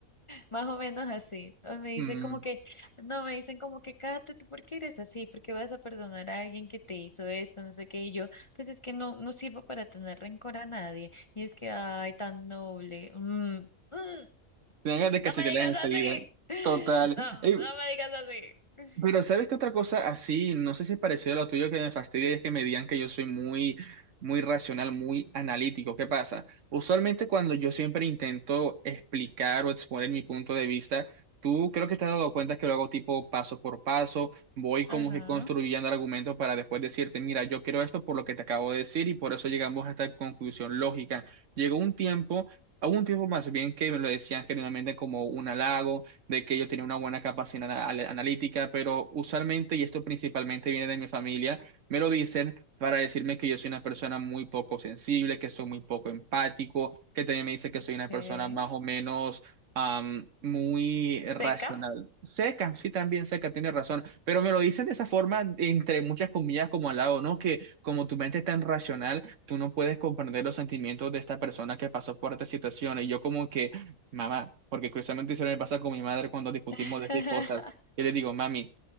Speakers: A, on the left (about 30°); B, on the right (about 65°).
A: Más o menos así. O me dice
B: Mm,
A: como que, no, me dicen como que, cállate, ¿tú por qué eres así? ¿Por qué vas a perdonar a alguien que te hizo esto? No sé qué. Y yo, pues es que no, no sirvo para tener rencor a nadie. Y es que, ay, tan noble. Mm, mm,
B: tengas de
A: no
B: cachetear
A: me digas
B: enseguida.
A: así. <laughs>
B: Total.
A: No,
B: Ey,
A: no me digas así.
B: Pero ¿sabes
A: <laughs>
B: qué otra cosa así? No sé si es parecido a lo tuyo que me fastidia y es que me digan que yo soy muy, muy racional, muy analítico. ¿Qué pasa? Usualmente cuando yo siempre intento explicar o exponer mi punto de vista, tú creo que te has dado cuenta que lo hago tipo paso por paso, voy como
A: Ajá,
B: que construyendo argumentos para después decirte, mira, yo creo esto por lo que te acabo de decir y por eso llegamos a esta conclusión lógica. Llegó un tiempo... Hubo un tiempo más bien que me lo decían generalmente como un halago, de que yo tenía una buena capacidad ana- analítica, pero usualmente, y esto principalmente viene de mi familia, me lo dicen para decirme que yo soy una persona muy poco sensible, que soy muy poco empático, que también me dice que soy
A: ok.
B: una persona más o menos am, muy racional.
A: Seca.
B: Seca, sí, también seca, tiene razón, pero me lo dicen de esa forma, entre muchas comillas, como al lado ¿no? Que como tu mente es tan racional, tú no puedes comprender los sentimientos de esta persona que pasó por esta situación. Y yo como que mamá, porque curiosamente hicieron el pasar con mi madre cuando discutimos
A: <laughs>
B: de qué cosas. Yo le digo, mami,